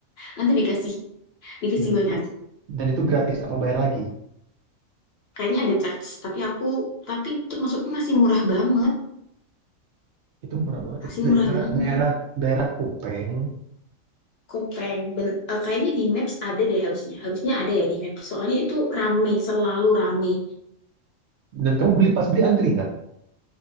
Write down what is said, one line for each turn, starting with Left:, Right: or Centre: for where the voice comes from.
Left: nanti dikasih dikasih
Right: dan
Left: banyak
Right: itu dan itu gratis apa bayar lagi?
Left: kayaknya ada charge tapi aku tapi itu maksudnya masih murah banget
Right: Itu murah banget.
Left: Asli
Right: Itu daerah
Left: murah banget.
Right: daerah daerah Kupeng.
Left: Kopeng. Ben- eh, kayaknya di Maps ada deh harusnya. Harusnya ada ya di Maps. Soalnya itu rame, selalu rame.
Right: Dan kamu beli pas beli antri nggak?